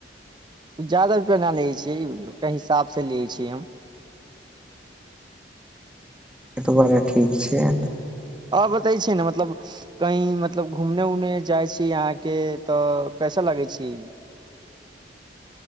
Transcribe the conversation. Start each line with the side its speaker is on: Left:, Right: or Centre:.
Right: य जादा रुपया न लियै छियै हिसाबसे लियै छिय हम
Centre: तऽ बड़ा ठीक छै
Right: ओर बताई छी ने मतलब कही मतलब घूमने उने जाइ छी अहाॅंके तऽ कैसा लगै छी